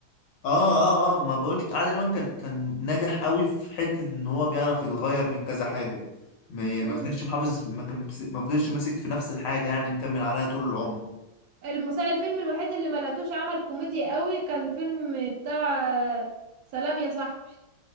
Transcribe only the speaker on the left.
اه اه اه ما بقولك عادل امام كان كان ناجح قوي في حتة ان هو بيعرف يتغير من كذا حاجة ما يعني
ما فضلش محافظ ما كان ما فضلش ماسك في نفس الحاجة يعني مكمل عليها طول العمر